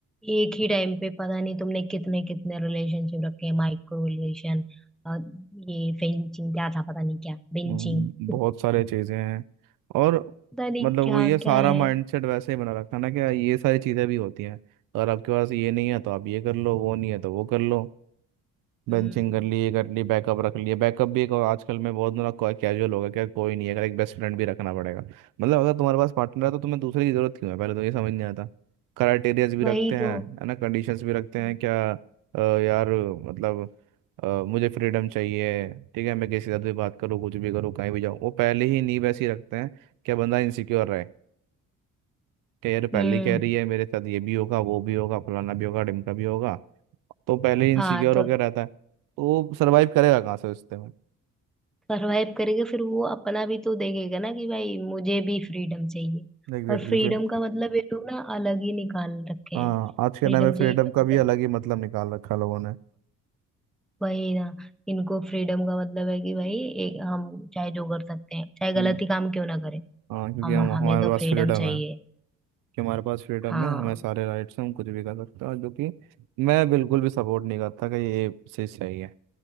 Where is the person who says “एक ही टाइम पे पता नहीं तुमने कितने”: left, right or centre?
Centre